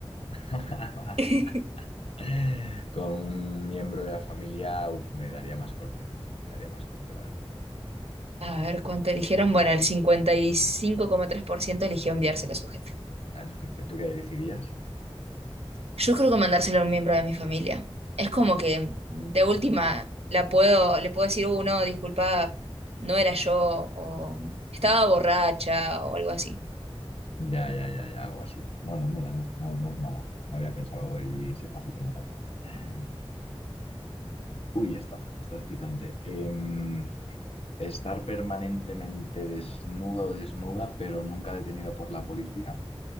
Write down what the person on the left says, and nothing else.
<laughs>
<laughs> Con un miembro de la familia, uf, me daría más corte. Me daría más corte, la verdad.
A su jefe, ¿tú qué elegirías?
Ya, ya, ya, ya, algo así. Bueno, mira, no es, no, no es mala. No había pensado ir ese pasito más allá. <sighs> Uy, esta, esta es picante. Em, estar permanentemente desnudo o desnuda, pero nunca detenido por la policía.